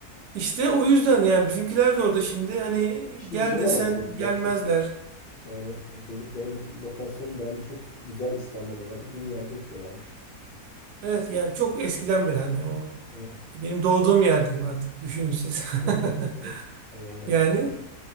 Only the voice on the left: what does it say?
İşte
güzel
ama sizinkiler
çok yani oturdukları lokasyon bence çok güzel İstanbul olarak iyi bir yerde oturuyorlarmış.
Evet.
Evet.
Evet. Bayağı eski.